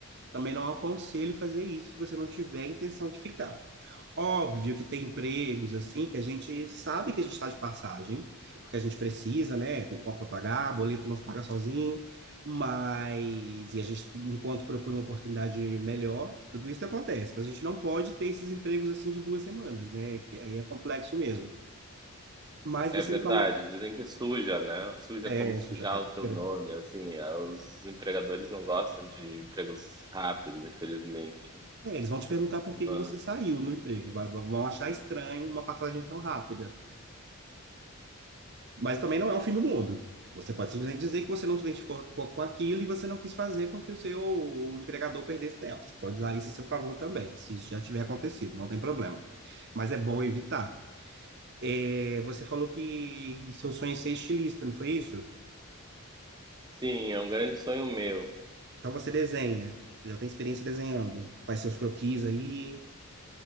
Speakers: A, on the right (about 50°); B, on the right (about 20°).
A: Também não aconselho fazer isso se você não tiver a intenção de ficar. Óbvio que tem empregos assim que a gente sabe que a gente está de passagem, porque a gente precisa, né? Tem conta para pagar, boleto não se paga sozinho, mas e a gente, enquanto procura uma oportunidade melhor, tudo isso acontece. Mas a gente não pode ter esses empregos assim de duas semanas, né? Que aí é complexo mesmo. Mas
B: é
A: você
B: verdade,
A: me falou,
B: dizem que suja, né? Suja
A: é,
B: como sujar
A: suja a carteira.
B: o teu nome, assim, ah, os empregadores não gostam de empregos rápidos, infelizmente.
A: É, eles vão te perguntar por que
B: Mas
A: que você saiu no emprego, vai- vão achar estranho uma passagem tão rápida. Mas também não é o fim do mundo. Você pode simplesmente dizer que você não se identificou com com aquilo e você não quis fazer com que o seu empregador perdesse tempo. Você pode usar isso a seu favor também, se já tiver acontecido, não tem problema. Mas é bom evitar. É, você falou que seu sonho é ser estilista, não foi isso?
B: Sim, é um grande sonho meu.
A: Então você desenha, você já tem experiência desenhando, faz seus croquis aí.